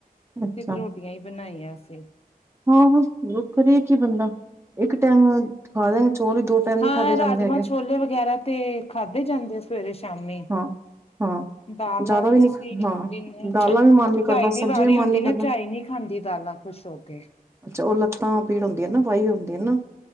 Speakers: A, on the right; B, on the left.
A: ਅੱਛਾ
B: ਸਿਰਫ ਰੋਟੀਆਂ ਹੀ ਬਣਾਈਆਂ ਅਸੀਂ।
A: ਹਾਂ ਹ ਦੁੱਖ ਕਰੇ ਕੀ ਬੰਦਾ ਇੱਕ ਟਾਈਮ ਖਾ ਦਾਂਗੇ ਚੋਲ ਹੀ ਦੋ ਟਾਈਮ ਨੀ
B: ਹਾਂ
A: ਖਾਧੇ ਜਾਂਦੇ
B: ਰਾਜਮਾਂ
A: ਹੈਗੇ
B: ਛੋਲੇ ਵਗੈਰਾ ਤੇ ਖਾਧੇ ਜਾਂਦੇ ਸੀ ਸਵੇਰੇ ਸ਼ਾਮੀ।
A: ਹਾਂ ਹਾਂ
B: ਦਾਲਾਂ
A: ਜ਼ਿਆਦਾ
B: ਵੀ
A: ਨੀ
B: ਅਸੀਂ
A: ਹਾਂ
B: ਦਿਨੇ
A: ਦਾਲਾਂ ਵੀ ਮਨ ਨੀ
B: ਝਾਈ
A: ਕਰਦਾ
B: ਵੀ
A: ਸਬਜ਼ੀਆਂ
B: ਵਾਰੀ
A: ਮਨ
B: ਹੁੰਦੀ
A: ਨੀ ਕਰਦਾ
B: ਨਾ ਝਾਈ ਨੀ ਖਾਂਦੀ ਦਾਲਾਂ ਖੁਸ਼ ਹੋ ਕੇ।
A: ਅੱਛਾ, ਉਹ ਲੱਤਾਂ ਪੀੜ ਹੁੰਦੀਆਂ ਨਾ, ਵਾਈ ਹੁੰਦੀ ਨਾ।